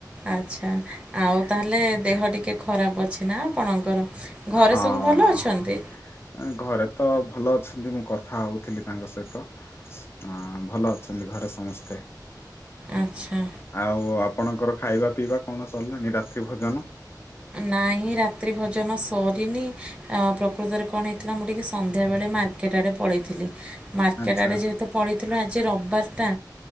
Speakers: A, on the right; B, on the left.
A: ଆଚ୍ଛା ଆଉ ତାହେଲେ ଦେହ ଟିକେ ଖରାପ ଅଛି ନା ଆପଣଙ୍କର? ଘରେ
B: ହଁ
A: ସବୁ ଭଲ ଅଛନ୍ତି?
B: <inaudible> ଘରେ ତ ଭଲ ଛନ୍ତି ମୁଁ କଥା ହୋଉଥିଲି ତାଙ୍କ ସହିତ ଆ ଭଲ ଅଛନ୍ତି ଘରେ ସମସ୍ତେ।
A: ଆଚ୍ଛା।
B: ଆଉ ଆପଣଙ୍କର ଖାଇବା ପିଇବା କଣ ସରିଲାନି ରାତ୍ରି ଭୋଜନ?
A: ନାଇଁ ରାତ୍ରି ଭୋଜନ ସରିନି ପ୍ରକୃତରେ କଣ ହେଇଥିଲା ମୁଁ ଟିକେ ସନ୍ଧ୍ୟା ବେଳେ ମାର୍କେଟ ଆଡେ ପଳେଇ ଥିଲି ମାର୍କେଟ
B: ଆଚ୍ଛା
A: ଆଡେ ଯେହେତୁ ପଳେଇ ଥିଲୁ ଆଜି ରବିବାରଟା